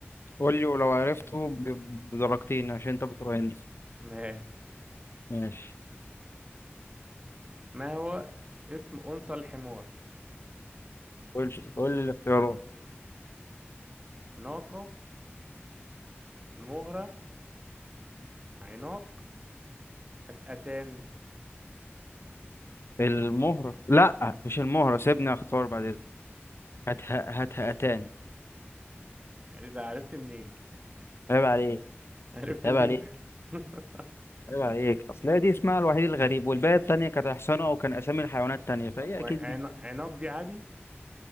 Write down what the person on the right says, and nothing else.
ماشي
ما هو اسم انثى الحمار
ناقة مهرة عناق هتقتان
ده عرفت منين
<laughs> عرفت
منين
بجد؟ <laughs>
طب وعنا-
عناق دي عادي